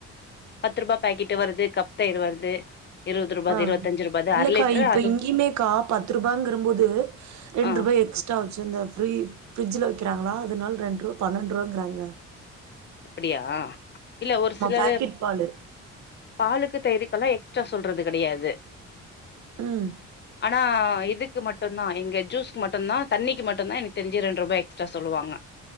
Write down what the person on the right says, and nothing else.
ஆஹ்
இல்லக்கா
இப்ப
இங்கேயுமேக்கா பத்து ரூபாங்கறம்போது ரெண்டு
ரூபா எக்ஸ்ட்ரா ச்சு இந்த ஃப்ரீ ஃப்ரிட்ஜுல வைக்கிறாங்களா அதனால ரெண்டு ரூபா பன்னெண்டு ரூபாங்கிறாங்க
பாக்கெட் பாலு
ம்